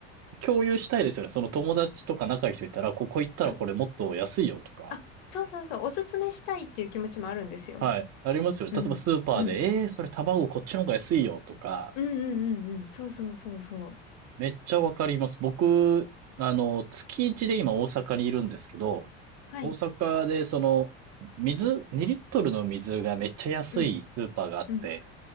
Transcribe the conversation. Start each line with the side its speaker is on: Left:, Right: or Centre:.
Right: 共有したいですよね。その友達とか仲いい人いたら、ここ行ったらこれもっと安いよとか。
Left: あ、あ、そうそうそう、おすすめしたいっていう気持ちもあるんですよ。
Right: はい。ありますよね。
Left: うん。
Right: 例えばスーパーで、
Left: うん。
Right: えー、それ卵こっちの方が安いよとか、
Left: うんうんうんうん。そうそうそうそう。
Right: めっちゃわかります。僕、あの、月一で今大阪にいるんですけど、
Left: はい。
Right: 大阪でその、水、2リットルの水がめっちゃ安いスーパーがあって、
Left: うん。うん。